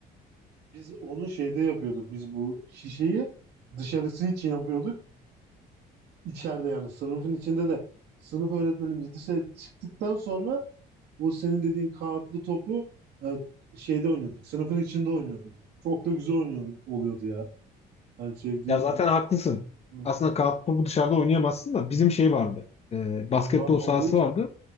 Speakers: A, on the right; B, on the left.
A: Biz onu şeyde yapıyorduk. Biz bu şişeyi dışarısı için yapıyorduk. içeride yani sınıfın içinde de sınıf öğretmenimiz dışarı çıktıktan sonra o senin dediğin kağıtlı topu e, şeyde oynuyorduk. Sınıfın içinde oynuyorduk. Çok da güzel oynuyordu, oluyordu ya. Ben sevdiğim
B: Ya zaten haklısın.
A: hı,
B: Aslında kağıt topu dışarıda oynayamazsın da bizim şey vardı. E, basketbol
A: bant
B: sahası
A: olduğu için.
B: vardı.